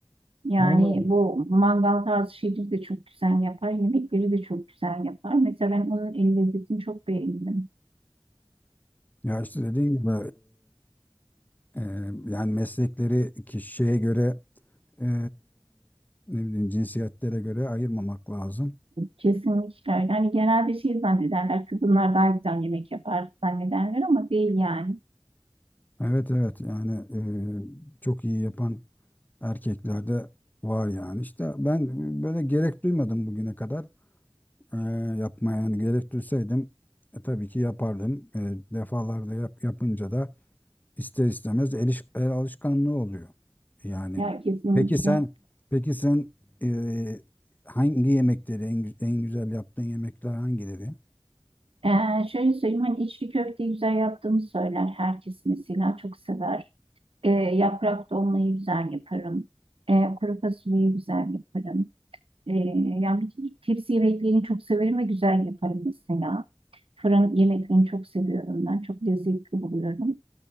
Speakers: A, on the right (about 75°); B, on the left (about 20°).
A: Yani
B: Vallahi.
A: bu mangal tarzı şeyleri de çok güzel yapar. Yemekleri de çok güzel yapar. Mesela ben onun el lezzetini çok beğendim.
B: Ya işte dediğim gibi Ee, yani meslekleri kişiye göre eee, ne bileyim cinsiyetlere göre ayırmamak lazım.
A: Kesinlikle. öyle. Hani genelde şey zannederler. Kadınlar daha güzel yemek yapar zannederler ama değil yani.
B: Evet evet yani eee, çok iyi yapan erkeklerde var yani. İşte ben böyle gerek duymadım bugüne kadar eee yapmaya. Yani gerek duysaydım e, tabii ki yapardım. E, defalarda yap, yapınca da ister istemez el, iş- el alışkanlığı oluyor. Yani
A: Ya kesinlikle.
B: peki sen peki sen e, hangi yemekleri en, gü- en güzel yaptığın yemekler hangileri?
A: Ee, şöyle söyleyeyim hani içli köfteyi güzel yaptığımı söyler herkes mesela çok sever. E, yaprak dolmayı güzel yaparım. E, kuru fasulyeyi güzel yaparım. E, yani bütün tepsi yemeklerini çok severim ve güzel yaparım mesela. Fırın yemeklerini çok seviyorum ben. Çok lezzetli buluyorum.